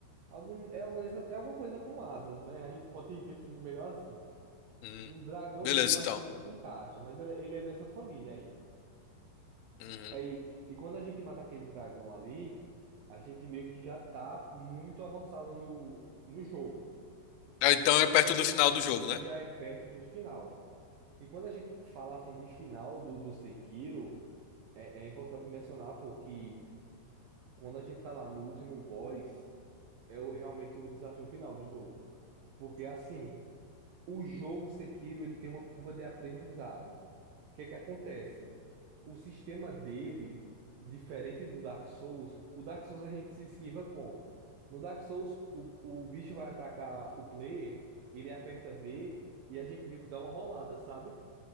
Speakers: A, on the right; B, on the left.
A: algum é alguma, é alguma coisa com asas, né? A gente pode definir melhor assim.
B: Hum,
A: Um dragão
B: beleza,
A: mesmo, eu
B: então.
A: acho que não se encaixa, mas ele, ele é dessa família aí.
B: Uhum.
A: Aí, e quando a gente mata aquele dragão ali, a gente meio que já tá muito avançado no, no jogo.
B: Ah, Então é perto do final do jogo,
A: E
B: né?
A: já é perto do final. E quando a gente fala assim de final do, do Sekiro, é, é importante mencionar, porque quando a gente tá lá no último boss, é o, realmente o desafio final do jogo. Porque assim, o jogo Sekiro, ele tem uma curva de aprendizado. O que é que acontece? O sistema dele, diferente do Dark Souls, o Dark Souls a gente se esquiva como? No Dark Souls, o, o bicho vai atacar o player, ele aperta B e a gente meio que dá uma rolada, sabe?